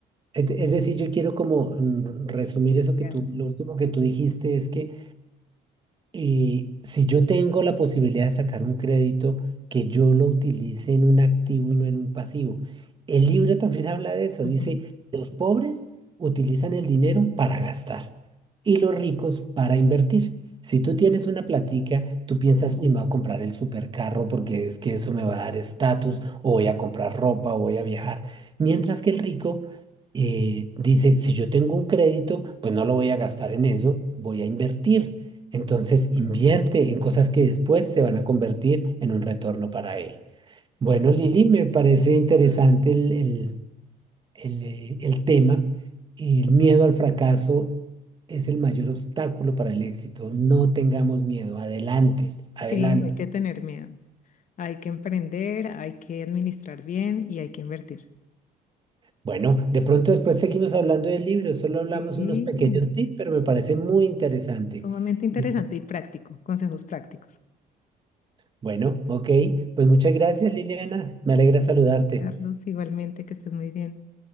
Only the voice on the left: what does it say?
Claro.
Ujú.
Sí, no hay que tener miedo. Hay que emprender, hay que administrar bien y hay que invertir.
Sí,
sumamente interesante
y práctico, consejos prácticos.
Carlos, igualmente que estés muy bien.